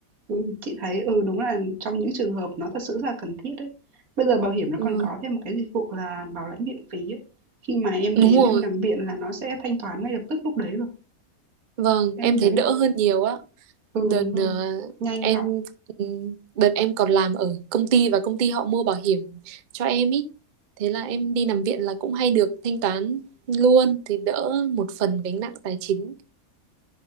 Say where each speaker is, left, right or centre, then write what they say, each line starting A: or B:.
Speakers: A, on the right; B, on the right.
A: ừ, chị thấy ừ đúng là trong những trường hợp nó thật sự rất là cần thiết đấy. Bây giờ bảo hiểm nó
B: Ừ,
A: còn có thêm một cái dịch vụ là bảo lãnh viện phí ấy. Khi mà em
B: đúng
A: đến
B: rồi.
A: em nằm viện là nó sẽ thanh toán ngay lập tức lúc đấy rồi.
B: Vâng,
A: Em
B: em thấy
A: đến
B: đỡ
A: em-
B: hơn nhiều á.
A: ừ
B: Đợt
A: đúng rồi.
B: ờ,
A: Nhanh
B: em
A: gọn.
B: ừ, đợt em còn làm ở công ty và công ty họ mua bảo hiểm cho em ý. Thế là em đi nằm viện là cũng hay được thanh toán luôn thì đỡ một phần gánh nặng tài chính.